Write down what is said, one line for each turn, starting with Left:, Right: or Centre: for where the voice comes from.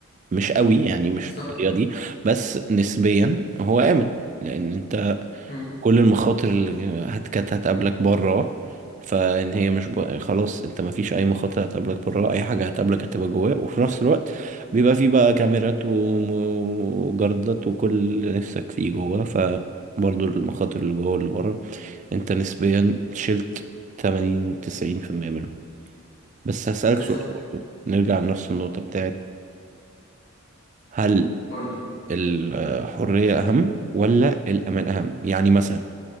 Right: مش قوي يعني مش
Left: بالظبط
Right: بالطريقة دي بس نسبيا هو آمن لأن أنت
Left: مم،
Right: كل المخاطر اللي هت- كانت هتقابلك بره فان هي مش ب... خلاص انت ما فيش اي مخاطر هتقابلك بره اي حاجه هتقابلك هتبقى جواه وفي نفس الوقت بيبقى فيه بقى كاميرات وم- وجردات وكل اللي نفسك فيه جواه فبرضه المخاطر اللي جوه واللي بره انت نسبيا شلت 80 90% منهم بس هسألك
Left: بالظبط
Right: سؤال برضه نرجع لنفس النقطة بتاعت هل
Left: قول لي
Right: الحرية أهم ولا الأمان أهم؟ يعني مثلا